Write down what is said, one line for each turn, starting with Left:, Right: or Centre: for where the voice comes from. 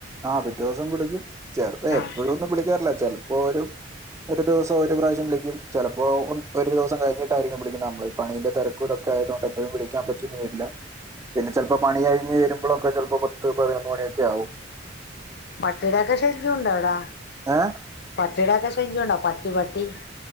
Right: ആ പിറ്റേ ദിവസം വിളിക്കും ചെലപ്പോ
Left: ആഹ്
Right: എപ്പഴൊന്നും വിളിക്കാറില്ല ചെൽ പ്പോ ഒരു ഒരു ദിവസം ഒരു പ്രാവശ്യം വിളിക്കും ചെലപ്പോ ഒ ഒരു ദിവസം കഴിഞ്ഞിട്ടായിരിക്കും വിളിക്കുന്നെ നമ്മള് ഈ പണീന്റെ തിരക് ക്കായതോണ്ട് എപ്പഴും വിളിക്കാൻ പറ്റിന്ന് വരില്ല പിന്നെ ചെൽപ്പോ പണി കഴിഞ്ഞ് വരു ഇപ്പളൊക്കെ ചെൽപ്പോ പത്ത് പതിനൊന്ന് മണിയൊക്കെ ആകും
Left: പട്ടിടൊക്കെ ശല്യം ഒണ്ടോ അവടെ
Right: ഏഹ്
Left: പട്ടിടൊക്കെ <unintelligible> പട്ടി പട്ടി